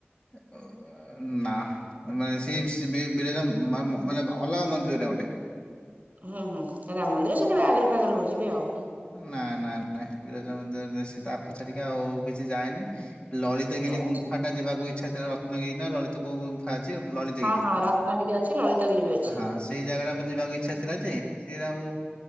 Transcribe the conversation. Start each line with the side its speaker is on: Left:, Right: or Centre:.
Left: ହ ନା ମାନେ ସେଇ ସ୍ ବି ବିରଜା ମା ମ ମାନେ ଅଲଗା ମନ୍ଦିର ଟା ଗୋଟେ।
Right: ହୁଁ ହୁଁ ରାମ ମନ୍ଦିର ସେଠି ବାହାଘର ଫାଘର ହଉଛିି ବି ଆଉ।
Left: ନା ନା ନାଇଁ ବିରାଜା ମନ୍ଦିର ଯାଇଛି ତ ଆକୁ ଛାଡିକି ଆଉ କିଛି ଯାଇନି। ଲଳିତଗିରି
Right: ଆଚ୍ଛା
Left: ଗୁଫା ଟା ଯିବାକୁ ଇଚ୍ଛା ଥିଲା ରତ୍ନଗିରି ନା ଲଳିତ। କୋଉ ଗୁମ ଅଛି ଲଳିତଗିରି
Right: ହଁ ହଁ ରତ୍ନଗିରି ଅଛି ଲଳିତଗିରି ବି ଅଛି
Left: ହଁ। ସେଇ ଜାଗା ଟାକୁ ଯିବାକୁ ଇଚ୍ଛା ଥିଲା ଯେ ସେ ଆଉ